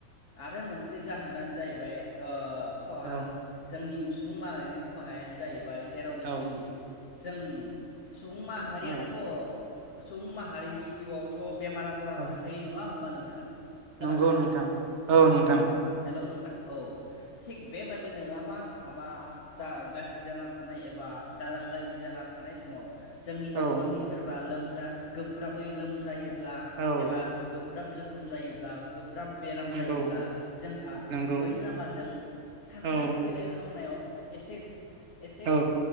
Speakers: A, on the left (about 55°); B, on the right (about 55°).
A: आरो मोनसे जाहोनानो जाहैबाय ओ अ
B: औ
A: जोंनि सुबुं माहारिनि खहायानो जाहैबाय जेरावनोखि
B: औ
A: जों सुबुं माहारियाथ'
B: औ
A: सुबुं माहारिनि जिउआवथ' बेमार आजार
B: औ
A: थाखायो नङा होनोमबा नों नोंथां। खोनादोंना
B: नंगौ नोंथां औ नोंथां।
A: हेलौ नोंथां औ थिग बेबादिनो लामा हामा जा गाज्रि जाना थानाय एबा दालां गाज्रि जाना थानाय समाव जोंनि न'खरनि
B: औ
A: सोरबा लोम जा गोब्राबै लोम जायोब्ला
B: औ
A: एबा गोब्राब जोखोम जायो ब्ला गो ब्राब बेराम
B: नंगौ
A: जायोब्ला जोंहा
B: नंगौ
A: बै लामाजों थांलाय
B: औ
A: फैलाय खामनायाव एसे एसे
B: औ